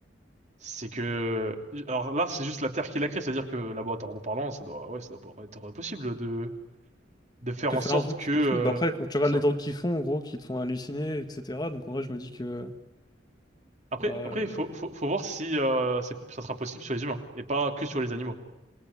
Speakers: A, on the right; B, on the left.
A: C'est que alors là c'est juste la Terre qui l'a créé, c'est-à-dire que laboratoirement parlant, ça doit ouais ça doit pouvoir être possible de de faire
B: Tu
A: en
B: fais
A: sorte
B: un truc,
A: que
B: tu
A: euh,
B: détruis. Bah après, quand tu regardes
A: ça.
B: les
A: ouais.
B: drogues qu'ils font, en gros, qui te font halluciner, etc. Donc en vrai, je me dis que.
A: Après
B: euh,
A: après il faut, faut faut voir si euh, c'est ça sera possible sur les humains et pas que sur les animaux.